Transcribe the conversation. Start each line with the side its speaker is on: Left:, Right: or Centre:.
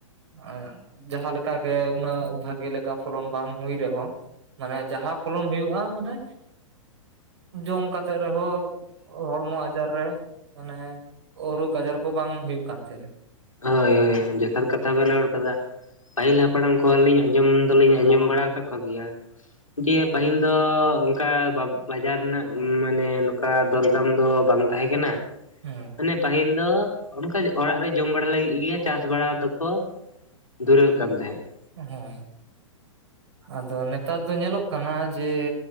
Right: <unintelligible> ᱡᱟᱦᱟᱸ ᱞᱮᱠᱟ ᱜᱮ ᱩᱱᱟᱹᱜ ᱵᱷᱟᱜᱤ ᱞᱮᱠᱟ ᱯᱷᱚᱞᱚᱱ ᱵᱟᱝ ᱦᱩᱭ ᱨᱮᱦᱚᱸ ᱢᱟᱱᱮ ᱡᱟᱦᱟᱸ ᱯᱷᱚᱞᱚᱱ ᱦᱩᱭᱩᱜᱼᱟ ᱢᱟᱱᱮ ᱡᱚᱢ ᱠᱟᱛᱮᱜ ᱨᱮᱦᱚᱸ ᱦᱚᱲᱢᱚ ᱟᱡᱟᱨ ᱨᱮ ᱢᱟᱱᱮ ᱨᱳᱜᱽ ᱟᱡᱟᱨ ᱠᱚ ᱵᱟᱝ ᱦᱩᱭᱩᱜ ᱠᱟᱱ ᱛᱟᱦᱮᱸᱜᱼᱟ ᱾
Left: ᱦᱳᱭ ᱦᱳᱭ, ᱡᱚᱛᱷᱟᱛ ᱠᱟᱛᱷᱟ ᱵᱮᱱ ᱨᱚᱲ ᱟᱠᱟᱫᱟ ᱯᱟᱹᱦᱤᱞ ᱦᱟᱯᱟᱲᱟᱢ ᱠᱚᱞᱤᱧ ᱟᱸᱡᱚᱢ ᱫᱚᱞᱤᱧ ᱟᱸᱡᱚᱢ ᱵᱟᱲᱟ ᱟᱠᱟᱫ ᱠᱚᱜᱮᱭᱟ ᱡᱮ ᱯᱟᱹᱦᱤᱞ ᱫᱚ ᱚᱱᱠᱟ ᱵᱟᱵ ᱵᱟᱡᱟᱨ ᱨᱮᱱᱟᱜ ᱢᱟᱱᱮ ᱱᱚᱝᱠᱟ ᱫᱚᱨᱫᱟᱢ ᱫᱚ ᱵᱟᱝ ᱛᱟᱦᱮᱸ ᱠᱟᱱᱟ ᱾
Right: ᱦᱳᱭ
Left: ᱢᱟᱱᱮ ᱯᱟᱹᱦᱤᱞ ᱫᱚ ᱚᱱᱠᱟ ᱚᱲᱟᱜ ᱨᱮ ᱡᱚᱢ ᱵᱟᱲᱟ ᱞᱟᱹᱜᱤᱫ ᱜᱮ ᱪᱟᱥ ᱵᱟᱲᱟ ᱫᱚᱠᱚ ᱫᱷᱩᱨᱟᱹᱜ ᱠᱟᱱ ᱛᱟᱦᱮᱸᱫ ᱾
Right: ᱦᱳᱭ ᱾ ᱟᱫᱚ ᱱᱮᱛᱟᱨ ᱫᱚ ᱧᱮᱞᱚᱜ ᱠᱟᱱᱟ ᱡᱮ